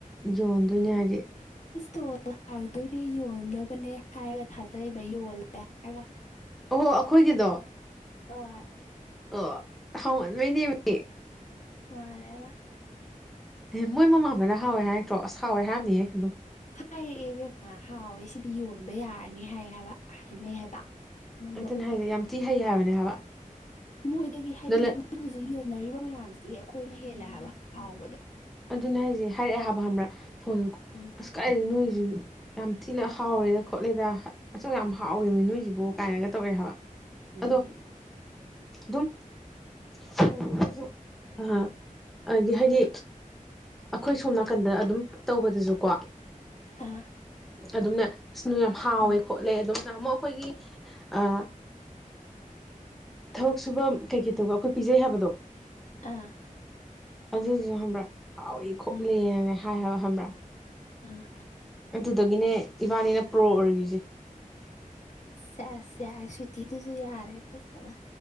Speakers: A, in the centre; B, on the left.
A: ꯌꯣꯟꯗꯣꯏꯅꯦ ꯍꯥꯏꯗꯤ
B: ꯇꯣꯜ ꯍꯥꯡꯗꯣꯔꯤ ꯌꯣꯟꯅꯕꯅꯦ ꯍꯥꯏꯔꯒ ꯊꯥꯖꯩꯕ ꯌꯣꯜꯂꯦ ꯍꯥꯏꯔꯒ
A: ꯑꯣꯍꯣ ꯑꯩꯈꯣꯏꯒꯤꯗꯣ
B: ꯍꯣꯢ
A: ꯑꯣ ꯍꯥꯎ ꯅꯣꯏꯅꯤꯕꯨꯗꯤ
B: ꯃꯥꯅꯦꯕ
A: ꯑꯦ ꯃꯣꯏ ꯃꯃꯥꯟꯕꯅꯅ ꯍꯥꯎꯋꯦ ꯍꯥꯏꯔꯛꯇ꯭ꯔꯣ ꯑꯁ ꯍꯥꯎꯋꯦ ꯍꯥꯏꯔꯝꯅꯤꯌꯦ ꯑꯗꯨꯝ
B: ꯍꯥꯏꯔꯛꯑꯦ ꯏꯕꯦꯝꯃ ꯍꯥꯎꯋꯦ ꯁꯤꯗꯤ ꯌꯣꯟꯕ ꯌꯥꯔꯅꯤ ꯍꯥꯏ ꯍꯥꯏꯕ ꯍꯥꯏꯅꯩ ꯍꯥꯏꯕ ꯅꯪꯕꯨ
A: ꯑꯗꯨꯅ ꯍꯥꯏꯖꯦ ꯌꯥꯝ ꯊꯤ ꯍꯩ ꯍꯥꯏꯕꯅꯦ ꯍꯥꯏꯕ
B: ꯃꯣꯏꯗꯒꯤ ꯍꯥꯏꯗꯤ
A: ꯗꯣ ꯂꯩ
B: ꯃꯣꯏ ꯍꯧꯖꯤꯛ ꯌꯣꯟꯅꯔꯤꯕ ꯃꯌꯥꯝꯁꯤꯗꯤ ꯑꯩꯈꯣꯏꯅ ꯍꯦꯜꯂꯦ ꯍꯥꯏꯕ ꯍꯥꯎꯕꯗꯣ
A: ꯑꯗꯨꯅ ꯍꯥꯏꯁꯦ ꯍꯥꯏꯔꯛꯑꯦ ꯍꯥꯏꯕ ꯈꯪꯕ꯭ꯔ ꯐꯣꯟꯗꯨꯀꯣ
B: ꯎꯝ
A: ꯑꯁ ꯀꯥꯏꯗꯩ ꯅꯣꯏꯁꯤꯗꯤ ꯌꯥꯝ ꯊꯤꯅ ꯍꯥꯎꯔꯦꯗ ꯈꯣꯠꯂꯦꯗ ꯑꯁꯦꯡ ꯌꯥꯝ ꯍꯥꯎꯋꯦꯃꯤ ꯅꯣꯏꯁꯤꯕꯣ ꯀꯥꯏꯅꯒ ꯇꯧꯔꯛꯑꯦ ꯍꯥꯏꯕ
B: ꯎꯝ
A: ꯑꯗꯣ ꯑꯗꯨꯝ ꯊꯣꯡꯉꯒꯖꯨ ꯑꯥ ꯑꯗꯤ ꯍꯥꯏꯗꯤ ꯑꯈꯣꯏ ꯁꯣꯝ ꯅꯥꯀꯟꯗ ꯑꯗꯨꯝ ꯇꯧꯕꯗꯨꯁꯨꯀꯣ
B: ꯑꯥ
A: ꯑꯗꯨꯝꯅꯦ ꯑꯁ ꯅꯣꯢ ꯌꯥꯝ ꯍꯥꯎꯋꯦ
B: ꯑꯥ
A: ꯈꯣꯠꯂꯦ ꯑꯗꯨꯝ ꯅꯍꯥꯟꯃꯨꯛ ꯇꯧ ꯑꯩꯈꯣꯏꯒꯤ ꯑꯥ ꯊꯕꯛ ꯁꯨꯕ ꯀꯩꯀꯩ ꯇꯧꯕ ꯑꯩꯈꯣꯏ ꯄꯤꯖꯩ ꯍꯥꯏꯕꯗꯣ
B: ꯑꯥ
A: ꯑꯗꯨꯁꯨ ꯈꯪꯕ꯭ꯔꯥ ꯍꯥꯎꯏ ꯈꯣꯠꯂꯦꯅ
B: ꯑꯥ
A: ꯍꯥꯏ ꯍꯥꯏꯕ ꯈꯪꯕ꯭ꯔꯥ
B: ꯑꯥ
A: ꯑꯗꯨꯗꯒꯤꯅꯦ ꯏꯕꯥꯅꯤꯅ ꯄ꯭ꯔꯣ ꯑꯣꯏꯒ꯭ꯔꯤꯁꯦ
B: ꯁꯦꯁ ꯌꯥꯔꯦ ꯁ꯭ꯌꯤꯇꯤꯗꯨꯁꯨ ꯌꯥꯔꯦ ꯐꯖꯅ